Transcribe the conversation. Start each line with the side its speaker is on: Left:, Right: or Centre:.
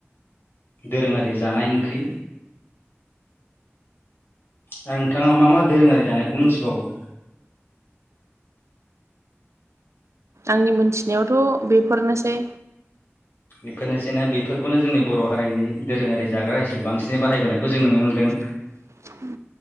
Left: दोरोङारि जानाय ओंख्रि आरो नोंथाङा मा मा दोरोङारि जानायखौ मिथिबावो
Right: आंनि मोनथिनायावथ' बेफोरनोसै
Left: बेफोरनोसैना बेफोरखौनो जोंनि बर' हारिनि दोरोङारि जाग्रा हिसाबै बांसिनै बाहायबोनायखौ जों नुनो मोनदों
Right: <inaudible>